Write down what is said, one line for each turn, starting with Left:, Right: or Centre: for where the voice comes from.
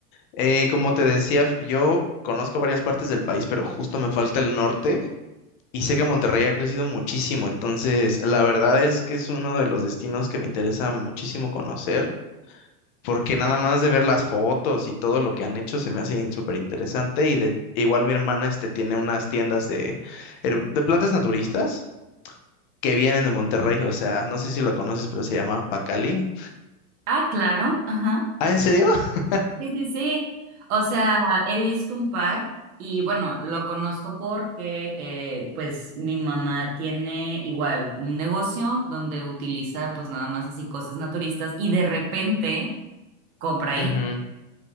Left: eh, como te decía, f- yo conozco varias partes del país, pero justo me falta el norte y sé que Monterrey ha crecido muchísimo, entonces la verdad es que es uno de los destinos que me interesa muchísimo conocer. porque nada más de ver las fotos y todo lo que han hecho se me hace súper interesante y de igual mi hermana este tiene unas tiendas de, her- de plantas naturistas que vienen de Monterrey, o sea, no sé si lo conoces, pero se llama Pacali.
Right: Ah, claro, ajá.
Left: Ah, ¿en serio? <laughs>
Right: Sí, sí, sí. O sea, he visto un par y bueno, lo conozco porque eh, pues mi mamá tiene igual un negocio donde utiliza pues nada más así cosas naturistas y de repente compra ahí.
Left: Ujú.